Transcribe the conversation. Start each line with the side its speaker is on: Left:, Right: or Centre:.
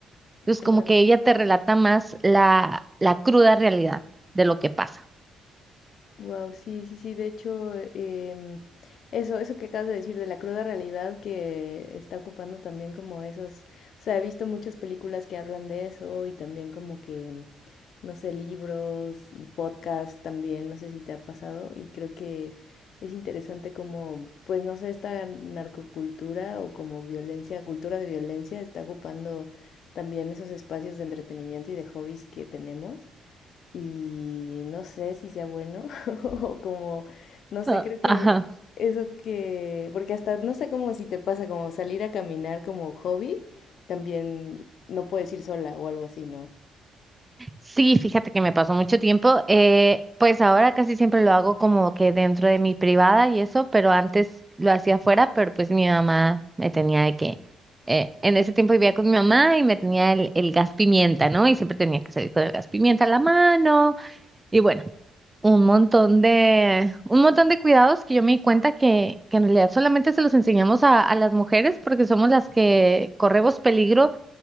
Right: Entonces,
Left: claro.
Right: como que ella te relata más la, la cruda realidad de lo que pasa.
Left: Wow, sí, sí, sí. De hecho, em, eso, eso que acabas de decir de la cruda realidad que está ocupando también como esos. O sea, he visto muchas películas que hablan de eso y también como que, no sé, libros y podcasts también. No sé si te ha pasado y creo que es interesante como, pues no sé, esta narcocultura o como violencia, cultura de violencia está ocupando también esos espacios de entretenimiento y de hobbies que tenemos y no sé si sea bueno <laughs> o como, no sé,
Right: Ah,
Left: creo que
Right: Ajá.
Left: eso que, porque hasta no sé cómo si te pasa como salir a caminar como hobby, también no puedes ir sola o algo así, ¿no?
Right: Sí, fíjate que me pasó mucho tiempo. eh, pues ahora casi siempre lo hago como que dentro de mi privada y eso, pero antes lo hacía afuera, pero pues mi mamá me tenía de que, eh, en ese tiempo vivía con mi mamá y me tenía el, el gas pimienta, ¿no? Y siempre tenía que salir con el gas pimienta a la mano Y bueno, un montón de, un montón de cuidados que yo me di cuenta que, que en realidad solamente se los enseñamos a, a las mujeres porque somos las que corremos peligro,